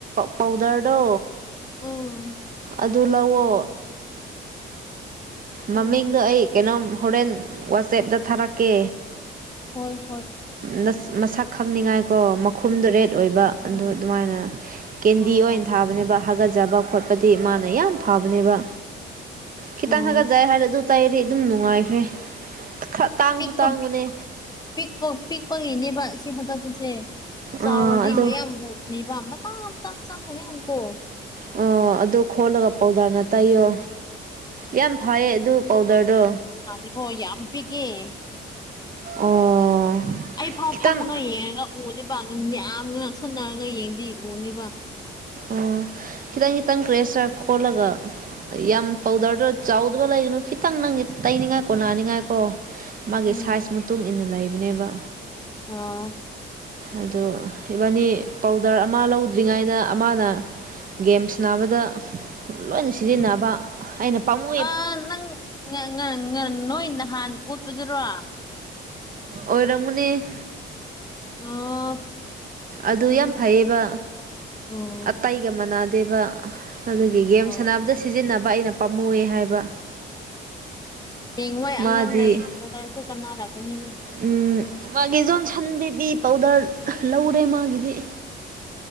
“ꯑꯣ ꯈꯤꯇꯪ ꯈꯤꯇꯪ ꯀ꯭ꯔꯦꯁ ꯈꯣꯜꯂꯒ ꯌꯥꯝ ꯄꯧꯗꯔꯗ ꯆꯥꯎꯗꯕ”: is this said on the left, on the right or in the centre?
Right